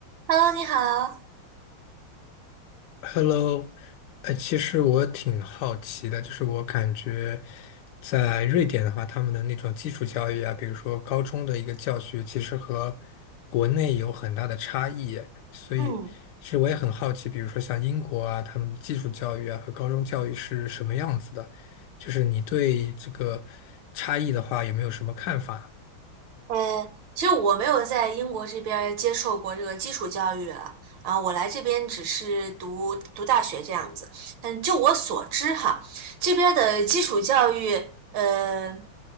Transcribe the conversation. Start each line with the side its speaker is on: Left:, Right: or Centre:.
Right: Hello，你好。
Left: Hello，呃，其实我挺好奇的，就是我感觉在瑞典的话，他们的那种基础教育啊，比如说高中的一个教学，其实和国内有很大的差异耶所以其实我也很好奇，
Right: 嗯，
Left: 比如说像英国啊，他们的基础教育啊和高中教育是什么样子的，就是你对这个差异的话，有没有什么看法？
Right: 呃，其实我没有在英国这边儿接受过这个基础教育了。然后我来这边只是读读大学这样子。但就我所知哈，这边儿的基础教育，呃，